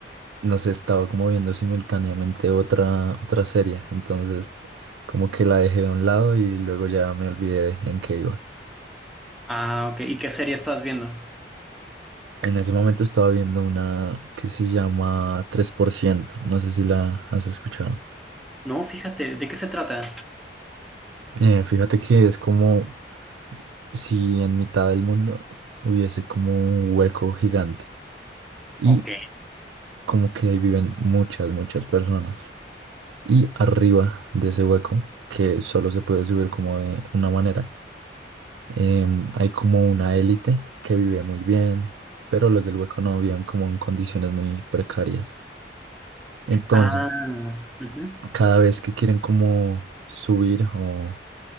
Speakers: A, on the right; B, in the centre.
A: no sé, estaba como viendo simultáneamente otra, otra serie, entonces como que la dejé de un lado y luego ya me olvidé en qué iba.
B: Ah, ok, ¿y qué serie estás viendo?
A: En ese momento estaba viendo una que se llama tres por ciento, no sé si la has escuchado.
B: No, fíjate, ¿de qué se trata?
A: Eh, fíjate que es como si en mitad del mundo hubiese como un hueco gigante y
B: Ok.
A: como que ahí viven muchas, muchas personas. Y arriba de ese hueco, que solo se puede subir como de una manera, em, hay como una élite que vive muy bien, pero los del hueco no viven como en condiciones muy precarias. Entonces,
B: Ah, ujú,
A: cada vez que quieren como subir o